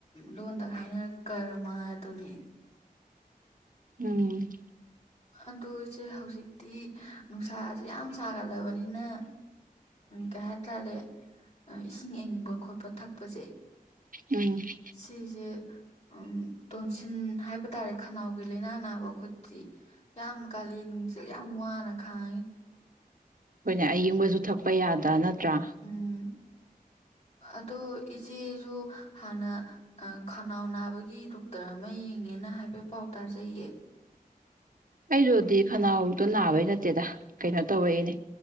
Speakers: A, on the left; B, on the right.
A: ꯂꯣꯟꯗ ꯍꯥꯏꯅꯔꯒ ꯀꯔꯃ ꯑꯗꯨꯅꯤ
B: ꯎꯝ
A: ꯑꯗꯨ ꯢꯆꯦ ꯍꯧꯖꯤꯛꯇꯤ ꯅꯨꯡꯁꯥꯁꯦ ꯌꯥꯝ ꯁꯥꯒꯠꯂꯕꯅꯤꯅ ꯀꯩꯍꯇꯥꯔꯦ ꯏꯁꯤꯡ ꯏꯪꯕ ꯈꯣꯠꯄ ꯊꯛꯄꯁꯦ
B: ꯑꯩꯈꯣꯏꯅ
A: ꯁꯤꯖꯦ ꯎꯝ ꯇꯣꯟꯁꯤꯟ ꯍꯥꯏꯕ ꯇꯥꯔꯦ ꯈꯅꯥꯎꯒꯤ ꯂꯥꯏꯅꯥ ꯅꯥꯕ ꯑꯈꯣꯏꯗꯤ ꯌꯥꯝ ꯀꯥꯂꯦꯟꯁꯦ ꯌꯥꯝ ꯋꯥꯅ ꯈꯥꯡꯉꯦ
B: ꯑꯩꯈꯣꯏꯅ ꯑꯌꯤꯡꯕꯁꯨ ꯊꯛꯄ ꯌꯥꯗ ꯅꯠꯇ꯭ꯔꯥ
A: ꯎꯝ ꯑꯗꯣ ꯏꯆꯦꯁꯨ ꯍꯥꯟꯅ ꯈꯅꯥꯎ ꯅꯥꯕꯒꯤ ꯗꯣꯛꯇꯔ ꯑꯃ ꯌꯦꯡꯉꯦꯅ ꯍꯥꯏꯐꯦꯠ ꯄꯥꯎ ꯇꯥꯖꯩꯌꯦ
B: ꯑꯩꯗꯨꯗꯤ ꯈꯅꯥꯎꯗꯣ ꯅꯥꯕꯩ ꯅꯠꯇꯦꯗ ꯀꯩꯅꯣ ꯇꯧꯔꯛꯏꯅꯦ